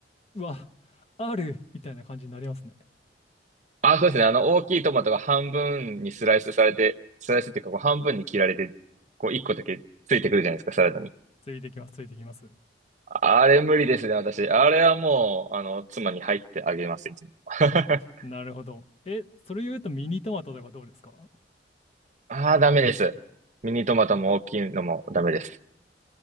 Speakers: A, on the left; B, on the right.
A: うわ、あるみたいな感じになりますね。
B: あ、そうですね。あの、大きいトマトが半分にスライスされて、スライスっていうか、こう半分に切られて、こう、一個だけついてくるじゃないですか、サラダに。
A: ついてきます、ついてきます。
B: あれ無理ですね、私。あれはもう、あの、妻に入ってあげます、いつも。<laughs>
A: なるほど。え、それ言うとミニトマトとかどうですか
B: ああ、ダメです。ミニトマトも大きいのもダメです。